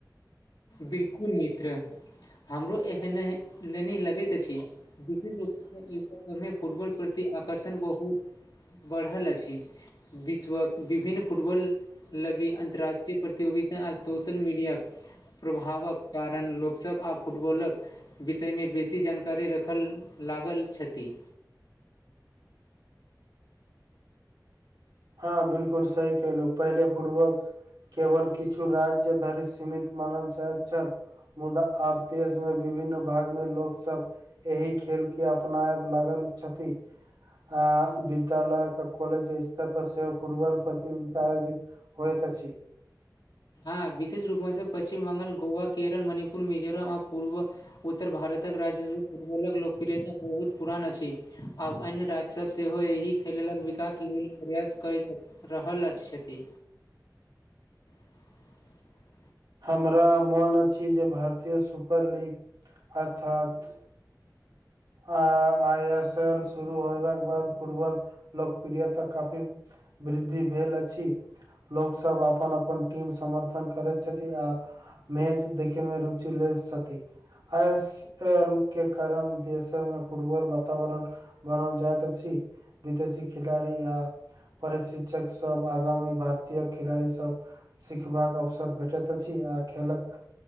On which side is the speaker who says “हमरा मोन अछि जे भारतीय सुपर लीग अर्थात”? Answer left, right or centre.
Right